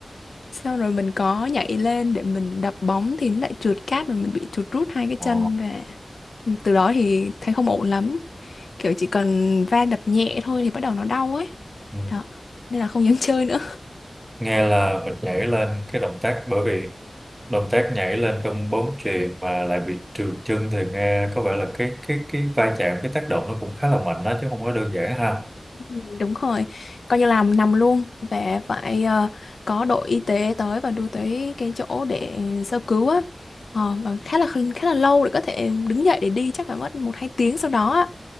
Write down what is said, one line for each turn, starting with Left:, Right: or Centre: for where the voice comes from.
Left: Sau rồi mình có nhảy lên để mình đập bóng thì nó lại trượt cát và mình bị trượt rút hai cái chân
Right: Ồ.
Left: ra. Ừ, Từ đó thì thấy không ổn lắm. kiểu chỉ cần va đập nhẹ thôi thì bắt đầu nó đau ấy
Right: Ừ.
Left: đó nên là không dám chơi nữa
Right: nghe là mình nhảy lên cái động tác bởi vì động tác nhảy lên trong bóng chuyền mà lại bị trượt chân thì nghe có vẻ là cái cái cái va chạm cái tác động nó cũng khá là mạnh đó chứ không có đơn giản ha
Left: <laughs> đúng rồi coi như làm nằm luôn và phải ờ, có đội y tế tới và đưa tới cái chỗ để sơ cứu á Ờ, và khá là khá là lâu để có thể đứng dậy để đi chắc phải mất một hai tiếng sau đó á